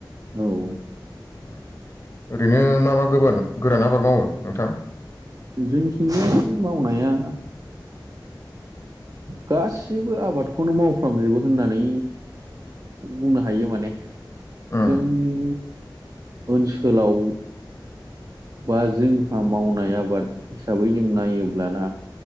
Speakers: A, on the right; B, on the left.
A: औ
B: ओम ओरैनो मा मा गोबान गोरान आबाद मावो नोंथां?
A: जोंथिंजाय मावनाया गासिबो आबादखौनो मावफ्रामजोबो होननानै बुंनो हायो माने।
B: उम
A: जोंनि ओनसोलाव बा जोंहा मावनाय आबाद हिसाबै जों नायोब्लाना